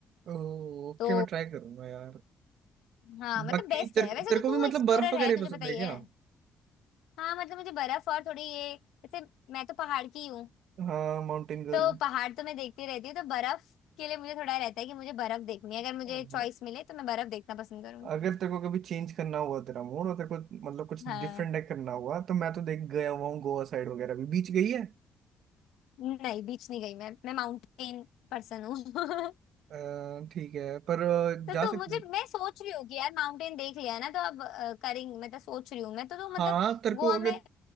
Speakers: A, on the right (about 75°); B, on the left (about 85°).
A: ओके
B: तो
A: मैं ट्राई करूंगा यार
B: हाँ मतलब
A: बाकी
B: बेस्ट
A: तेरे
B: है वैसे
A: तेरे
B: तो
A: को भी
B: तू
A: मतलब
B: एक्सप्लोरर
A: बर्फ वगैरह
B: है
A: ही
B: तुझे
A: पसंद
B: पता
A: है
B: ही
A: क्या
B: है हाँ मतलब मुझे बर्फ और थोड़ी ये जैसे मैं तो पहाड़ की हूँ
A: हाँ माउंटेन गर्ल
B: तो पहाड़ तो मैं देखती रहती हूँ तो बर्फ के लिए मुझे थोड़ा रहता है कि मुझे बर्फ देखनी है अगर
A: हाँ।
B: मुझे चॉइस मिले तो मैं बर्फ देखना पसंद करूंगी
A: अगर तेरे को कभी चेंज करना हुआ तेरा मूड और तेरे को मतलब कुछ
B: हाँ
A: डिफरेंट करना हुआ तो मैं तो देख गया हुआ हूँ गोवा साइड वगैरह भी बीच गई है
B: नहीं बीच नहीं गई मैं मैं माउंटेन पर्सन हूँ <laughs>
A: अ, ठीक है पर अ,
B: तो
A: जा
B: तू
A: सकते
B: मुझे मैं सोच रही हूँ कि यार माउंटेन देख लिया है ना तो अब अ, करेंगे मतलब सोच रही हूँ मैं तो, तो मतलब
A: हाँ तेरे
B: गोवा
A: को अगर
B: में